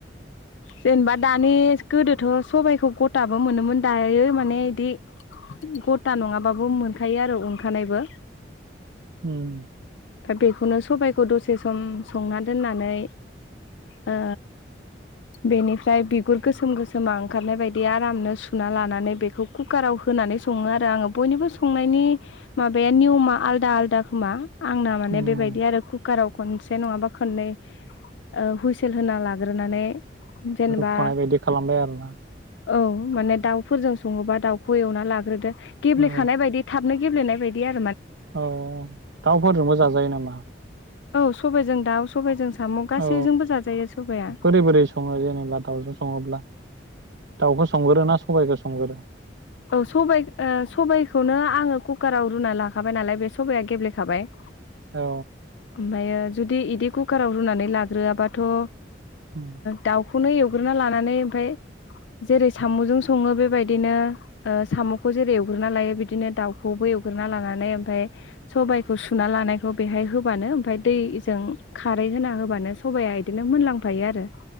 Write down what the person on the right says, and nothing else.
उम
उम
रुख'नाय बायदि खालामबाय आरोना
औ
औ दाउफोरजोंबो जाजायो नामा?
औ
बोरै बोरै सङो जेनेबा दाउजों सङोब्ला? दाउखौ संगोरो ना सबायखौ संगोरो?
औ
उम